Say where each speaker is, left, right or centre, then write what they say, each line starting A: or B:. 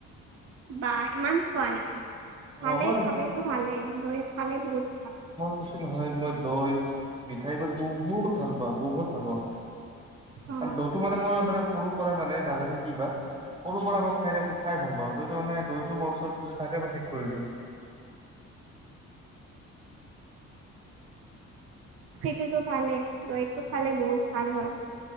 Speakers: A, on the right; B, on the right.
A: বা ইমান খোৱা নেকি
B: অ
A: ভালে
B: মই
A: খালেতো ভালে, দৈ খালে বহুত ভাল।
B: কছি নহয় মই দৈ মিঠাইবোৰ বহুত ভাল পাওঁ বহুত ভাল পাওঁ খাই।
A: অ
B: আৰু দৌটো মানে মই মানে সৰুৰ পৰা মানে নাজানো কি বা সৰু পৰা মই খাই থাক খাই ভাল পাওঁ। দৈইটো মানে দৈটো মোৰ ওচৰত যদি থাকে বা শেষ কৰি দিওঁ।
A: সেইটোতো ভালেই দৰিটো খালে বহুত ভাল হয়।